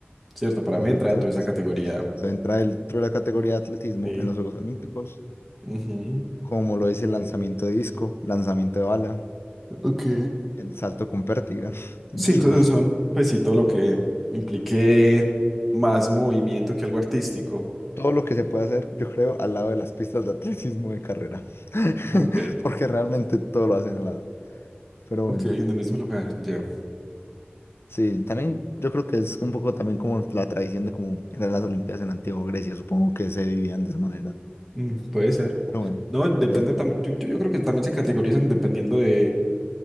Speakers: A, in the centre; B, on the left.
A: ¿cierto? Para
B: Perfecto.
A: mí entra dentro de esa
B: Sí,
A: categoría.
B: sí, sí. O sea, entra dentro de la categoría de atletismo
A: Sí.
B: en los Juegos Olímpicos,
A: Ujú.
B: como lo es el lanzamiento de disco, lanzamiento de bala,
A: Ok.
B: el salto con pértiga, <laughs> muchos
A: Sí, entonces son, pues sí, todo lo que implique más movimiento que algo artístico.
B: todo lo que se puede hacer, yo creo, al lado de las pistas de atletismo de carrera. <laughs>
A: Okay,
B: Porque realmente todo lo hacen al lado. Pero
A: Ok,
B: bueno,
A: en el mismo lugar, ya.
B: sí, también yo creo que es un poco también como la tradición de cómo eran las Olimpiadas en la antigua Grecia. Supongo que se vivían de esa manera.
A: Mm, puede ser.
B: Pero bueno.
A: No, depende
B: da-
A: también. Yo, yo- yo creo que también se categorizan dependiendo de,